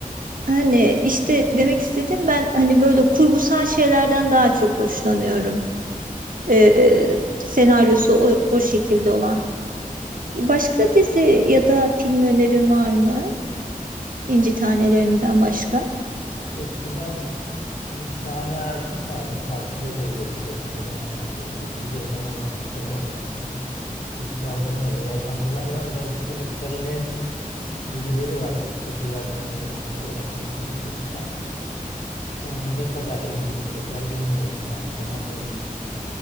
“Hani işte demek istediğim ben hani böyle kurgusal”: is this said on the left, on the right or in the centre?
Right